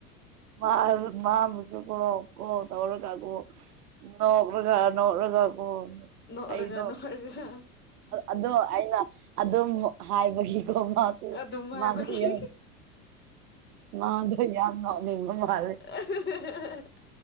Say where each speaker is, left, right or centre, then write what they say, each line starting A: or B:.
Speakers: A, on the right (about 70°); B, on the left (about 20°).
A: ꯃꯥ ꯃꯥ ꯃꯁꯨ ꯀꯣ ꯀꯣ ꯇꯧꯔꯒꯀꯣ ꯅꯣꯛ꯭ꯔꯒ ꯅꯣꯛꯂꯒꯥ ꯀ
B: ꯅꯣꯛꯔꯒ
A: ꯑꯩꯗꯣ
B: ꯅꯣꯛꯔꯒ
A: ꯑꯗꯣ ꯑꯩꯅ ꯑꯗꯨꯝ ꯍꯥꯏꯕꯒꯤꯀꯣ ꯃꯥꯣꯏꯌꯥ
B: ꯑꯗꯨꯝ ꯍꯥꯏꯕꯒꯤ
A: ꯃꯥꯗꯨꯣꯏꯌꯥ ꯅꯅꯤ ꯃ ꯃꯥꯜꯦ
B: <inaudible>